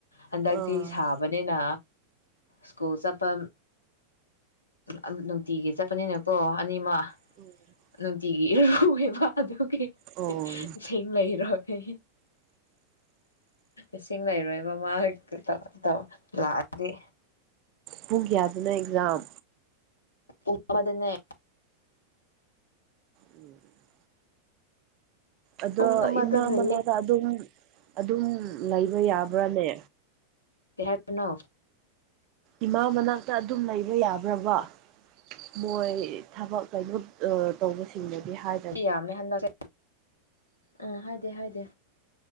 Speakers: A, on the left; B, on the right.
A: ꯍꯟꯗꯛꯇꯤ
B: ꯑꯥ
A: ꯁꯥꯕꯅꯤꯅ ꯁ꯭ꯀꯨꯜ ꯆꯠꯄ ꯎꯝ ꯅꯨꯡꯇꯤꯒꯤ ꯆꯠꯄꯅꯤꯅꯀꯣ ꯑꯅꯤꯃꯛ
B: ꯅꯣꯡꯃ <inaudible>
A: ꯅꯨꯡꯇꯤꯒꯤ ꯏꯔꯨꯕ ꯑꯗꯨꯒꯤ
B: ꯑꯣ
A: ꯏꯁꯤꯡ ꯂꯩꯔꯣꯏ ꯏꯁꯤꯡ ꯂꯩꯔꯣꯏ ꯃꯃꯥ ꯍꯛꯇ ꯇ ꯇ ꯂꯥꯛꯑꯗꯤ
B: ꯄꯨꯡ ꯀꯌꯥꯗꯅꯣ ꯑꯦꯛꯖꯥꯝ
A: ꯄꯨꯡ ꯑꯃꯗꯅꯦ
B: ꯎꯝ <inaudible> ꯑꯗꯣ
A: ꯄꯨꯡ ꯑꯃꯗ
B: ꯏꯃꯥ
A: ꯂꯩꯌꯦ
B: ꯃꯅꯥꯛꯇ ꯑꯗꯨꯝ ꯑꯗꯨꯝ ꯂꯩꯕ ꯌꯥꯕ꯭ꯔꯥꯅꯦ
A: ꯀꯩ ꯍꯥꯏꯕꯅꯣ
B: ꯏꯃꯥ ꯃꯅꯥꯛꯇ ꯑꯗꯨꯝ ꯂꯩꯕ ꯌꯥꯕ꯭ꯔꯕ ꯃꯣꯏ ꯊꯕꯛ ꯀꯩꯅꯣ ꯇꯧꯕꯁꯤꯡꯅꯗꯤ ꯍꯥꯏ
A: ꯌꯥꯝꯃꯦ ꯍꯟꯗꯛꯁꯦ ꯎꯝ ꯍꯥꯏꯗꯦ ꯍꯥꯏꯗꯦ